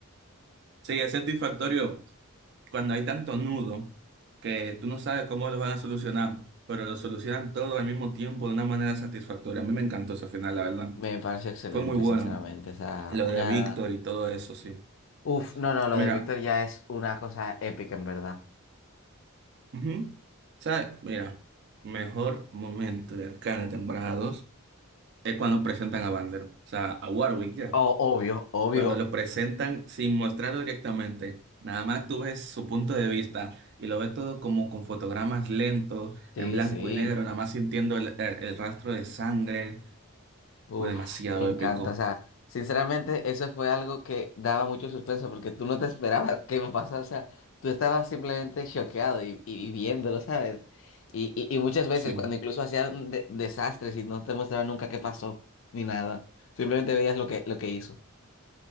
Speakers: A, on the right; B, on the left.
A: Sí, es satisfactorio. cuando hay tanto nudo que tú no sabes cómo lo van a solucionar, pero lo solucionan todo al mismo tiempo de una manera satisfactoria. A mí me encantó ese final, la verdad.
B: Me pareció excelente,
A: Fue muy bueno.
B: sinceramente, o sea,
A: Lo
B: una...
A: de Víctor y todo eso, sí.
B: Uf, no, no, lo
A: Mira,
B: de Víctor ya es una cosa épica, en verdad.
A: ujú. ¿Sabes? Mira, mejor momento de Arcane temporada Dos es cuando presentan a Vander, o sea, a Warwick ya.
B: Oh, obvio, obvio.
A: Cuando lo presentan sin mostrarlo directamente, nada más tú ves su punto de vista y lo ves todo como con fotogramas lentos,
B: Sí,
A: en blanco
B: sí.
A: y negro, nada más sintiendo el, el- el rastro de sangre,
B: Uf,
A: fue demasiado
B: me encanta.
A: épico.
B: O sea, sinceramente, eso fue algo que daba mucho suspenso porque tú no te esperabas que me pasara. O sea, tú estabas simplemente choqueado y, y viéndolo, ¿sabes? Y, y, y muchas veces
A: Sí.
B: cuando incluso hacían de- desastres y no te mostraban nunca qué pasó, ni nada. Simplemente veías lo que, lo que hizo.